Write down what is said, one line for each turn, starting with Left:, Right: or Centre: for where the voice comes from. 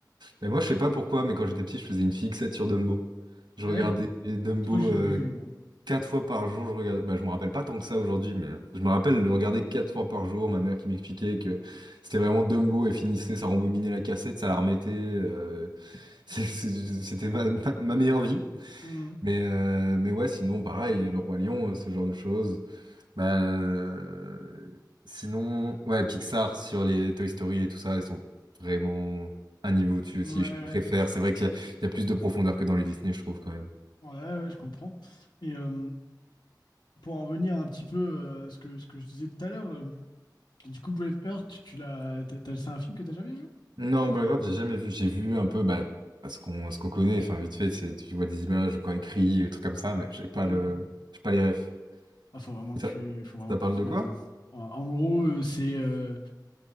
Right: Et moi, je sais pas pourquoi, mais quand j'étais petit, je faisais une fixette sur Dumbo. Je
Left: Ah
Right: regardais
Left: Ouais,
Right: Dumbo
Left: je crois que j'ai
Right: euh,
Left: jamais vu, moi.
Right: quatre fois par jour. Je regardais... bah, je me rappelle pas tant que ça aujourd'hui, mais je me rappelle le regarder quatre fois par jour. Ma mère qui m'expliquait que c'était vraiment Dumbo. Elle finissait, ça rembobinait la cassette, ça la remettait. euh, <laughs> c'est- c'est- C'était ma, ma- ma meilleure vie.
Left: Hmm.
Right: Mais, euh, mais ouais, sinon, pareil, Le Roi Lion, euh, ce genre de choses. Bah, euh, sinon, ouais, Pixar sur les Toy Story et tout ça, ils sont vraiment un niveau au-dessus aussi.
Left: Ouais, ouais,
Right: Je préfère. C'est vrai qu'il y a, il y a plus de profondeur que dans les Disney, je trouve quand même.
Left: ouais, ouais, ouais, ouais, je comprends. Et euh, pour en revenir un petit peu euh, à ce que, ce que je disais tout à l'heure, euh, du coup, Brave Heart, tu l'as, t'as- t'as- c'est un film que t'as jamais vu?
Right: Non, Braveheart, j'ai jamais vu. J'ai vu un peu, bah, à ce qu'on, à ce qu'on connaît. Enfin, vite fait, c'est, tu vois des images quand il crie, des trucs comme ça, mais j'ai pas
Left: Hmm.
Right: le, j'ai pas les refs.
Left: Ah, faut vraiment
Right: Et
Left: que
Right: ça,
Left: tu, faut vraiment
Right: ça
Left: que
Right: parle
Left: tu t'y
Right: de
Left: mettes.
Right: quoi?
Left: hein. En, en gros, euh, c'est euh,